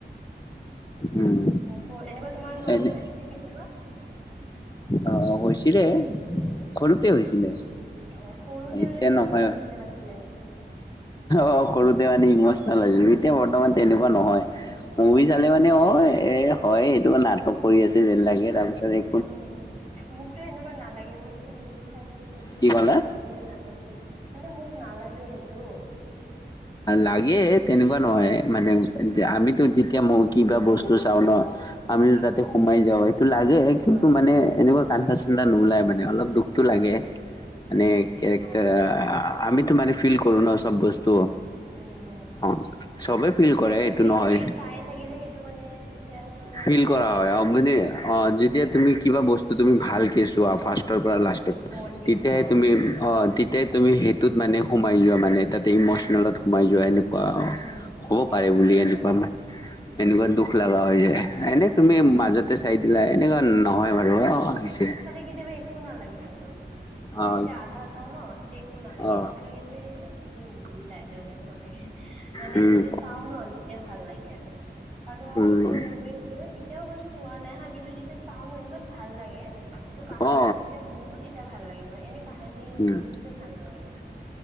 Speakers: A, on the left (about 20°); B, on the right (about 30°).
A: উম
B: মোকো, এনেকুৱা তোমাৰ লগত
A: এনে
B: হৈছে নে কেতিয়াবা?
A: অ', হৈছিলে, সৰুতে হৈছিলে।
B: অ', সৰুতে
A: এতিয়া
B: মানে বেছি
A: নহয়
B: ইমচনেল আছিলে নেকি?
A: অ', সৰুতে মানে ইমচনেল <unintelligible> এতিয়া বৰ্তমান তেনেকুৱা নহয়। মুভি
B: আচ্ছা।
A: চালে মানে অ', এ, হয়, এইটো নাটক কৰি আছে যেন লাগে তাৰপিছত এনে
B: উম, মোকতো সেনেকুৱা নালাগে মই যেতিয়া মুভি চাই থাকো চাই
A: কি
B: মোক
A: ক'লা
B: নালাগে যিটো নাটক মানে মোক নালাগে সেইটো।
A: লাগে তেনেকুৱা নহয় মানে আমিতো যেতিয়া মই কিবা বস্তু চাওঁ ন আমি
B: উম
A: যাতে
B: উম
A: সোমাই যাওঁ সেইটো লাগে
B: হয়।
A: কিন্তু মানে এনেকুৱা কানদা-চানদা নোলায় মানে অলপ দুখটো লাগে মানে
B: উম উম
A: কেৰেক্টাৰ
B: হয়
A: আমিতো মানে ফিল কৰো ন চব বস্তু।
B: উম, উম,
A: অ চবে ফিল
B: মানে
A: কৰে
B: তুমি
A: এইটো
B: বেছিকে
A: নহয়
B: চাই থাকিলে সেইটো মানে তেতিয়া মানে এনেক
A: ফিল
B: লাগি
A: কৰা হয়
B: যায়
A: অ
B: যেম।
A: মানে অ যেতিয়া তুমি কিবা বস্তু তুমি ভালকে চোৱা ফাৰ্ষৰ
B: উম
A: পৰা লাষ্টত
B: উম মন দি
A: তেতিয়াহে
B: কিনা অ।
A: তুমি অ' তেতিয়া তুমি সেইটোত মানে সোমাই যোৱা মানে তাতে ইমচনেলত
B: উম।
A: সোমাই যোৱা এনেকুৱা
B: উম
A: হ'ব
B: সেইটোতো
A: পাৰে বুলি
B: হয়।
A: এনেকুৱা মানে
B: উম।
A: এনেকুৱা দুখ লগা হৈ যায় এনে
B: উম
A: তুমি মাজতে চাই দিলা এনেকুৱা নহয় বাৰু অ', হৈছে।
B: কেতিয়াবা একো নালাগে কিন্তু মই
A: অ
B: যেতিয়া আধা চাওঁ ন তেতিয়া একো নালাগে
A: অ
B: এনেকুৱা লাগে যে কি মুভি চাই আছ বুলি এনেকুৱ লাগে মানে
A: উম
B: যেতিয়া চাও ন তেতিয়া ভাল লাগি আৰু। আৰু তোমাৰ
A: উম
B: কিছুমান মুভি আছে কেতিয়াও মানে চোৱা নাই হা কিন্তু যেতিয়া চাওঁ ন ইমান ভাল লাগে সেইটো কাহানীটো
A: অ
B: যেতিয়া বুজো তেতিয়া ভাল লাগে মানে এনে কাহানি নুবুজিলে
A: উম
B: ভাল নালাগে।